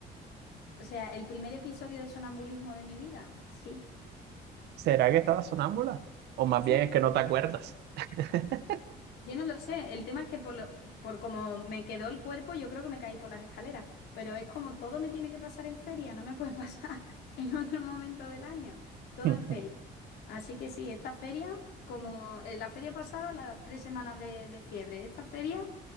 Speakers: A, on the left; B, on the right.
A: O sea, el primer episodio de sonambulismo de mi vida. Sí,
B: ¿Será que estaba sonámbula? O más
A: sí.
B: bien es que no te acuerdas. <laughs>
A: Yo no lo sé, el tema es que por, lo- por como me quedó el cuerpo, yo creo que me caí por las escaleras, pero es como todo me tiene que pasar en feria, no me puede <laughs> pasar en otro momento del año, todo
B: <laughs>
A: en feria. Así que sí, esta feria, como en la feria pasada, las tres semanas de, de fiebre, esta feria,